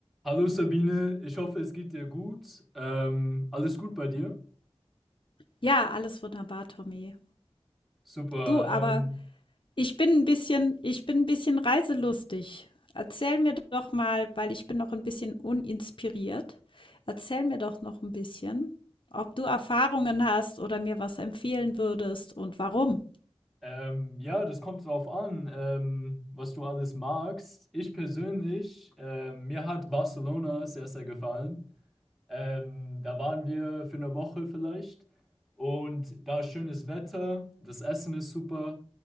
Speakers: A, in the centre; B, on the left.
A: Hallo Sabine, ich hoffe, es geht dir gut. Ähm, alles gut bei dir?
B: Ja, alles wunderbar, Tommy.
A: Super.
B: Du, aber
A: Ähm,
B: ich bin ein bisschen ich bin ein bisschen reiselustig. Erzähl mir doch mal, weil ich bin noch ein bisschen uninspiriert. Erzähl mir doch noch ein bisschen, ob du Erfahrungen hast oder mir was empfehlen würdest und warum.
A: ähm, ja, das kommt drauf an, ähm, was du alles magst. Ich persönlich, ähm, mir hat Barcelona sehr, sehr gefallen. Ähm, da waren wir für eine Woche vielleicht. Und da ist schönes Wetter, das Essen ist super.